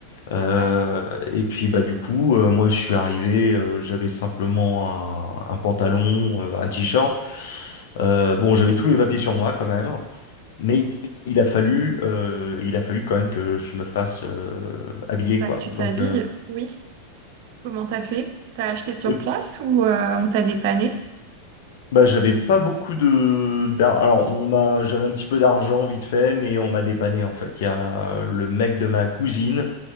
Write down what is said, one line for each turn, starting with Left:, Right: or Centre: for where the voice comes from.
Left: Euh,
Right: D'accord.
Left: et puis bah du coup, euh, moi je suis arrivé, euh, j'avais simplement un, un pantalon, euh, un t-shirt. Euh, bon, j'avais tous les papiers sur moi quand même, mais il a fallu, euh, il a fallu quand même que je me fasse euh, habiller
Right: Bah,
Left: quoi.
Right: que tu t'habilles,
Left: Donc, euh,
Right: oui. Comment t'as fait? T'as acheté sur
Left: ouais.
Right: place ou euh, on t'a dépanné?
Left: Bah, j'avais pas beaucoup de d'ar- alors on m'a j'avais un petit peu d'argent vite fait mais on m'a dépanné en fait. Il y a le mec de ma cousine